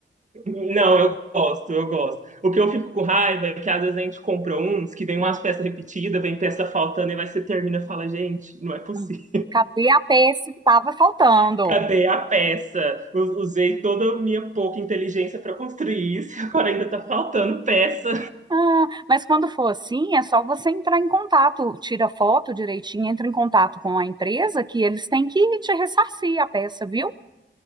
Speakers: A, on the right; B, on the right.
A: Não, eu gosto, eu gosto. O que eu fico com raiva é que às vezes a gente compra uns que vem umas
B: Ah,
A: peças repetidas, vem peça faltando, e vai você termina e fala, gente, não é possível.
B: ah. Cadê a peça que estava faltando?
A: <laughs> Cadê a peça? U- Usei toda a minha pouca inteligência para construir isso, <laughs> e agora ainda tá faltando peça.
B: Ah, mas quando for assim, é só você entrar em contato, tira foto direitinho, entra em contato com a empresa que eles têm que te ressarcir a peça, viu?